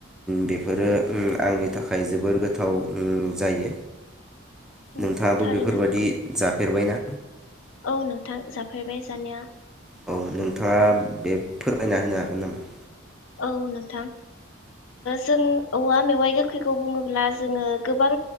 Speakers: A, in the centre; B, on the left.
A: बेफोरो उ आंनि थाखाय जोबोर गोथाव उ जायो।
B: औ
A: नोंथाङाबो
B: थारैनो
A: बेफोरबायादि
B: नंगौ
A: जाफेरबायना?
B: औ नोंथां जाफेरबाय जानाया।
A: औ नोंथाङा बे- फोरमायना होनो हागोन नामा?
B: औ नोंथां जों औवा मेवाइ गोखैखौ बुङोब्ला जोङो गोबां